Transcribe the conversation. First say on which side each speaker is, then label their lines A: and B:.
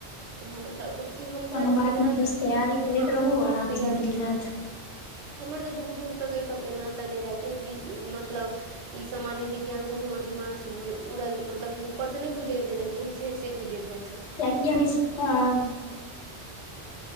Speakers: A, on the right; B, on the left.
A: हँ तऽ ई हम
B: कोनो
A: चाहै
B: बात
A: छी कि जेना
B: नहि बस
A: कि
B: तैयारी करैत
A: हँ
B: रहू आराम
A: तैयारी
B: से मिल जायत
A: हमर तऽ दूर दूर तक एहि सबके नाता नहि रहै कियेकि मतलब ई सामान्य विज्ञान सब हमर दिमाग से उड़ उड़ल मतलब की ऊपर से नै गुजरि जेनाइ कहय छै से गुजरि जाय छेलै
B: कियेकी <unintelligible>